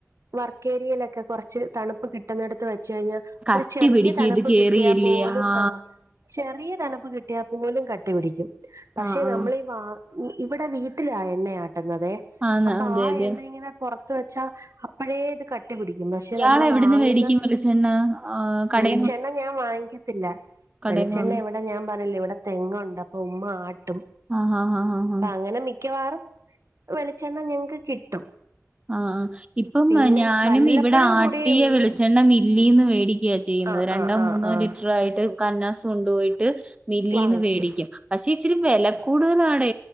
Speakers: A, on the right (about 70°); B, on the right (about 20°).
A: വർക്കേരിയയിലൊക്കെ കുറച്ച് തണുപ്പ് കിട്ടുന്നടുത്ത്. വെച്ച കഴിഞ്ഞ
B: കട്ടി
A: ഒരു ചെറിയ
B: പിടിക്കും
A: തണുപ്പ്
B: ഇത് കേറിയില്ലേ
A: കിട്ടിയാൽ പോലും
B: ആഹ്
A: ആ ചെറിയ തണുപ്പ് കിട്ടിയ പോലും കട്ടിപിടിക്കും പക്ഷെ
B: ആഹ് ആഹ്
A: നമ്മളി ഈ വ ഇവിടെ വീട്ടിലാ എണ്ണയാ ന്ന്തേ
B: ആന്ന്
A: അപ്പൊ
B: അതെ
A: ആ
B: അതെ
A: എണ്ണ ഇങ്ങനെ പുറത്ത് വെച്ചാ അപ്പോഴ ഇത് കട പി ടിക്കും പക്ഷെ
B: ഇയാള്
A: നമ്മൾ
B: എവിടുന്ന്
A: വാങ്ങുന്ന.
B: മേടിക്കും വെളിച്ചെണ്ണ കടയിന്ന്
A: വെളിച്ചെണ്ണ ഞാൻവാങ്ങിക്കാ ത്തില്ല
B: കടയിന്ന്
A: വെളിച്ചെണ്ണ ഇവിടെ ഞാൻ പറഞ്ഞില്ലോ ഇവിടെ തെങ്ങുണ്ട് അപ്പൊ ഉമ്മ ആട്ടും.
B: ആഹ് ആഹ് ആഹ് ആഹ്
A: അപ്പൊ അങ്ങനെ മിക്കവാറും വെളിച്ചെണ്ണ ഞങ്ങക്ക് കിട്ടും.
B: ആഹ... ഇപ്പം
A: പിന്നെ
B: ഞാനും
A: വല്ലപ്പോഴും
B: ഇവിടെ ആട്ടിയ
A: കൂടിയേ ഉള്ളൂ
B: വെളിച്ചെണ്ണം മില്ലേന്ന് മേടിക്കയാ ചെയ്യുന്നത്
A: ആ
B: രണ്ടോ
A: ആ ആ
B: മൂന്നോ
A: ആ
B: ലിറ്റർ. ലിറ്റർ ആയിട്ട്. കന്നാസ് കൊണ്ടുപോയിട്ട്. മില്ലേന്ന്
A: വാങ്ങിക്കും
B: വേടിക്കും. പക്ഷെ ഇച്ചിരി വെല കൂടുതലാണ്.